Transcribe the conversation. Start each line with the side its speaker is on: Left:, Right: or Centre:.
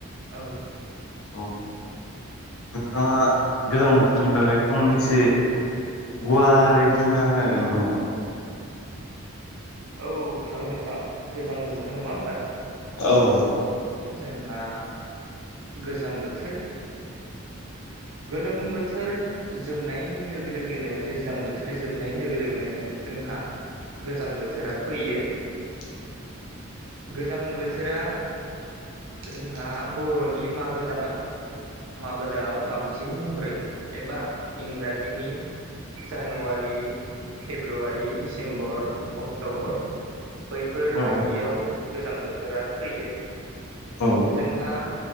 Right: औ औ
Left: औ नोंथाङा गोजां बोथोरनि बागै फंनैसो गुवारै बुंना होनो हागोन नामा?
Right: औ हागोन नोंथां गोजां बोथोर नङा होमबा?
Left: औ
Right: जोंहा गोजां बोथोर
Left: <inaudible>
Right: गोलोम बोथोर जोबनाय लोगो लोगोनो दैज्लां बोथोर जोबनाय लोगो लोगोनो जों जोंहा गोजां बोथोरा फैयो।
Left: <inaudible>
Right: गोजां बोथोरा जोंहा बर'नि मागो दानाव मागो दानाव बांसिन बहरै एबा इंराजिनि जानुवारि फेब्रुवारि डिसेम्बर अक्ट'बर बैफोरबायायदियाव
Left: औ
Right: गोजां बोथोरा फैयो
Left: औ
Right: जोंहा